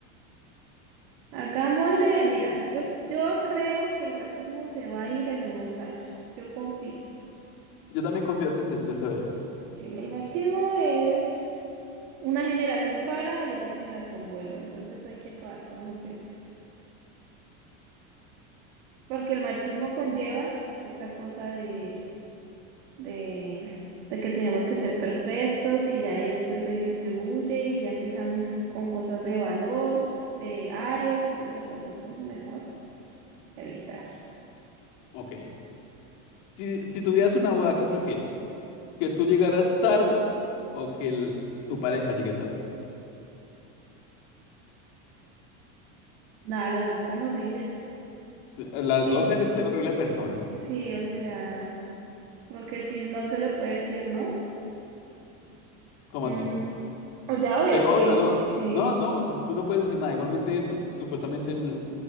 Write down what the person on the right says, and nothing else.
Hagámosle, mira, yo, yo creo que el racismo se va a ir en unos años. Yo confío.
Y el machismo es una generación para y otra generación vuelve, entonces hay que acabar con eso primero. Porque el machismo conlleva esta cosa de, de, de que tenemos que ser perfectos y ya ahí después se distribuye y ya empiezan con cosas de valor, de arios y toda esa cosa, entonces mejor evitar.
Nada, las dos están horribles.
Y
sí, o sea, porque si no se le puede decir, ¿no?
Mm,
o sea, obvio,
sí,
sí.